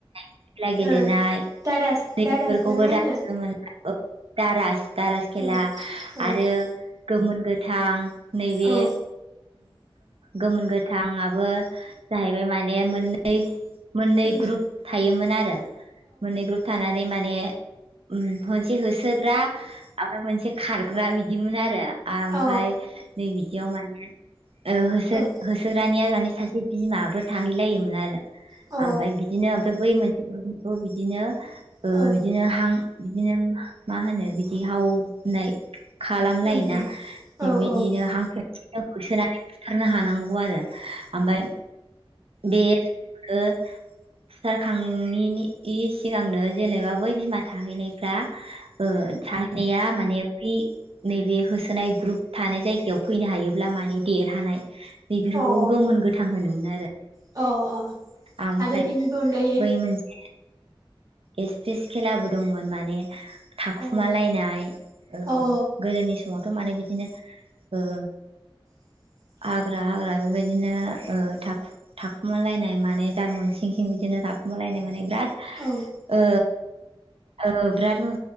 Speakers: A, on the right; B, on the right.
A: खेला गेलेनाय
B: ओ दारास
A: नै बेफोरखौबो
B: दारास ना मा
A: दा
B: होनो
A: नुनो मोनला दारास दारास खेला
B: औ औ
A: आरो गोमोन गोथां नैबे
B: औ
A: गोमोन गोथाङाबो जाहैबाय माने मोननै मोननै
B: अ
A: ग्रुप थायोमोन आरो मोननै ग्रुप थानानै माने उम मोनसे होसोग्रा आमफ्राय मोनसे खारग्रा बिदिमोन आरो ओमफ्राय
B: अ
A: नै बिदियाव माने ओ होसो
B: अ औ
A: होसोग्रानिया माने सासे बिमाबो थाहैलायोमोन आरो
B: अ औ
A: ओमफ्राय बिदिनो ओमफ्राय बै मोनसे खौ बिदिनो ओ
B: औ
A: बिदिनो हां बिदिनो मा होनो बिदि हाव होननाय खालामलायोना
B: अ औ
A: बेबायदिनो हां खेबसेनो होसोनानै बुथारनो हानांगौ आरो ओमफ्राय बे ओ सिथारखांनायनि सिगांनो जेनेबा बै बिमा थाहैनायफ्रा ओ थाहै- नाया माने फ्रि नैबे होसोनाय ग्रुप थानाय जायगायाव फैनो हायोब्ला माने देरहानाय बेफोरखौ
B: अ
A: गोमोन गोथां होनोमोन आरो
B: अ अ
A: ओमफ्राय
B: आरो बेनिबो अनगायै
A: बै मोनसे एस पिस खेलाबो दंमोन माने थाखुमालायनाय
B: अ
A: ओ
B: अ
A: गोदोनि समावथ' माने बिदिनो ओ
B: <inaudible>
A: हाग्रा हाग्रा बेबायदिनो ओ थाखु थाखुमालायनाय माने जारमन सिं सिं बिदिनो थाखु- मालायनाय माने बिराद
B: औ
A: ओ औ बिराद